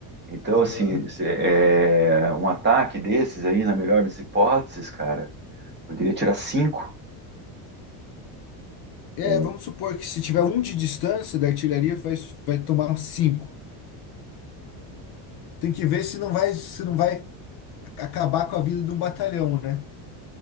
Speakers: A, on the right; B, on the left.
A: Então,
B: Aham.
A: assim, se- é, um ataque desses aí, na melhor das hipóteses, cara, poderia tirar cinco.
B: É,
A: Ou...
B: vamos supor que se tiver um de distância da artilharia, vai, vai tomar cinco. Tem que ver se não vai, se não vai acabar com a vida de um batalhão, né?